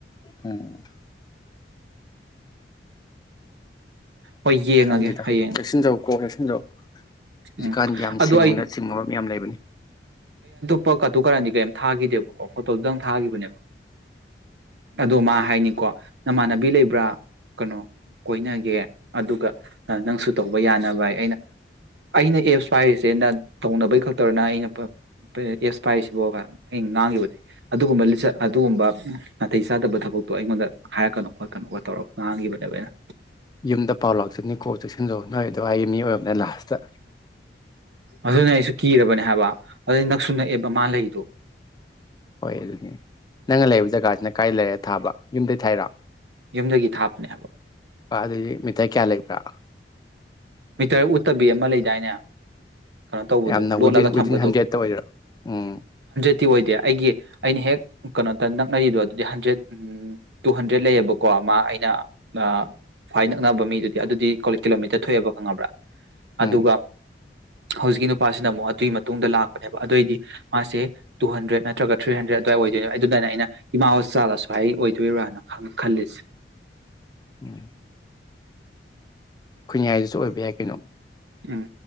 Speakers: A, on the left; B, on the right.
A: ꯎꯝ
B: ꯍꯣꯏ ꯌꯦꯡꯉꯒꯦ
A: ꯁꯪꯒꯤꯗ
B: ꯍꯌꯦꯡ
A: ꯀꯁꯟꯖꯧ ꯀꯣ ꯍꯜꯂꯣ ꯍꯧꯖꯤꯛꯀꯥꯟꯗꯤ
B: ꯎꯝ
A: ꯌꯥꯝ
B: ꯑꯗꯣ
A: ꯁꯦꯡꯕꯅ
B: ꯑꯩ
A: ꯆꯤꯡꯕ ꯌꯥꯝ ꯂꯩꯕꯅꯤ
B: ꯄ ꯀꯠꯇꯨ ꯀꯔꯗꯤ ꯀꯔꯤꯝ ꯊꯥꯈꯤꯗꯦꯕꯀꯣ ꯐꯣꯇꯣꯗꯨꯗꯪ ꯊꯥꯈꯤꯕꯅꯦꯕ ꯑꯗꯣ ꯃꯥ ꯍꯥꯏꯅꯤꯀꯣ ꯅꯃꯥꯟꯅꯕꯤ ꯂꯩꯕ꯭ꯔꯥ ꯀꯩꯅꯣ ꯀꯣꯏꯅꯒꯦ ꯑꯗꯨꯒ ꯅꯪꯁꯨ ꯇꯧꯕ ꯌꯥꯅꯕ ꯍꯥꯏ ꯑꯩꯅ ꯑꯩꯅ ꯑꯦꯞꯁ ꯄꯥꯏꯔꯤꯁꯦ ꯑꯩꯅ ꯇꯧꯅꯕꯩ ꯈꯛꯇꯧꯅ ꯑꯩꯅ ꯑꯦꯞꯁ ꯄꯥꯏꯔꯤꯁꯤꯕꯣ ꯑꯩꯅ ꯉꯥꯡꯒꯤꯕꯅꯦ ꯑꯗꯨꯒꯨꯝꯕꯆ ꯑꯗꯨꯒꯨꯝꯕ ꯅꯥꯇꯩ ꯆꯥꯗꯕ ꯊꯕꯛꯇꯣ ꯑꯩꯉꯣꯟꯗ ꯍꯥꯏꯔꯛꯀꯅꯣ ꯈꯣꯠꯀꯅꯣꯒ ꯇꯧꯔꯒ ꯉꯥꯡꯕꯅꯦꯕ ꯑꯩꯅ
A: ꯌꯨꯝꯗ ꯄꯥꯎ ꯂꯥꯛꯆꯁꯅꯤꯡꯅꯤ ꯀꯣꯛ ꯆꯠꯁꯤꯟꯂꯣ ꯅꯣꯏ ꯑꯗꯨꯗ ꯑꯩ ꯃꯤ ꯑꯣꯏꯕꯅꯦ ꯂ ꯍꯥꯁꯇ
B: ꯑꯗꯨꯅ ꯑꯩꯁꯨ ꯀꯤꯔꯕꯅꯦ ꯍꯥꯏꯕ ꯑꯗꯨꯩ ꯅꯛꯁꯨ ꯅꯛꯑꯦꯕ ꯃꯥꯥ ꯂꯩꯗꯣ
A: ꯍꯣꯏ ꯑꯗꯨꯅꯦ ꯅꯪꯅ ꯂꯩꯕ ꯖꯒꯥꯁꯤꯅ ꯀꯗꯥꯥꯏ ꯂꯩꯔꯦ ꯊꯥꯕ ꯌꯨꯝꯗꯩ ꯊꯥꯏꯔ
B: ꯌꯨꯝꯗꯒꯤ ꯊꯥꯞꯄꯅꯦ ꯍꯥꯏꯕ
A: ꯄꯗ ꯃꯊ ꯀꯌꯥ ꯂꯩ꯭ꯔ
B: ꯃꯤꯇꯔ ꯎꯠꯇꯕꯤ ꯑꯃ ꯂꯩꯗꯥꯏꯅꯦ꯫ ꯀꯩꯅꯣ ꯇꯧꯕꯗꯣ
A: ꯌꯥꯝꯅ
B: ꯂꯣꯠꯂꯒ
A: ꯋꯤꯗꯤꯟ
B: ꯊꯝꯕꯗꯣ
A: ꯋꯤꯗꯤꯟ ꯍꯟꯗ꯭ꯔꯦꯗꯠꯇ ꯑꯣꯏꯗꯣꯏꯔꯥ ꯎꯝ꯫
B: ꯠꯇꯤ ꯑꯣꯏꯗꯦ ꯑꯩꯒꯤ ꯑꯩꯅ ꯍꯦꯛ ꯀꯩꯅꯣꯗ ꯅꯛꯅꯔꯤꯗꯣ ꯑꯗꯨꯗꯤ ꯍꯟꯗ꯭ꯔꯦꯗ ꯇꯨ ꯍꯟꯗ꯭ꯔꯦꯗ ꯂꯩꯌꯦꯕꯀꯣ ꯃꯥ ꯑꯩꯅ ꯑ ꯐ꯭ꯋꯥꯏ ꯅꯛꯅꯕ ꯃꯤꯗꯨꯗꯤ ꯑꯗꯨꯗꯤ ꯀꯣ ꯀꯤꯂꯣꯃꯤꯇꯔ ꯊꯣꯛꯑꯦꯕ꯫ ꯈꯪꯉꯕ꯭ꯔꯥ
A: ꯎꯝ
B: ꯑꯗꯨꯒ ꯍꯧꯖꯤꯛꯀꯤ ꯅꯨꯄꯥꯁꯤꯅ ꯑꯃꯨꯛ ꯑꯗꯨꯒꯤ ꯃꯇꯨꯡꯗ ꯂꯥꯛꯄꯅꯦꯕ ꯑꯗꯨꯑꯣꯏꯗꯤ ꯃꯥꯁꯦ ꯇꯨ ꯍꯟꯗ꯭ꯔꯦꯗ ꯅꯠꯇ꯭ꯔꯒ ꯊ꯭ꯔꯤ ꯍꯟꯗ꯭ꯔꯦꯠ ꯑꯗꯨꯋꯥꯏ ꯑꯣꯏꯗꯣꯏꯅꯦ ꯑꯗꯨꯗꯥꯏꯅ ꯑꯩꯅ ꯏꯃꯥ ꯍꯣꯆꯥ ꯑꯁꯨꯍ ꯑꯣꯏꯗꯣꯏꯔ꯭ꯔꯥꯅ ꯈꯜꯂꯤꯁꯦ꯫
A: ꯎꯝ ꯈꯨꯟꯌꯥꯏꯗꯨꯁꯨ ꯑꯣꯏꯕ ꯌꯥꯏ ꯀꯩꯅꯣ
B: ꯎꯝ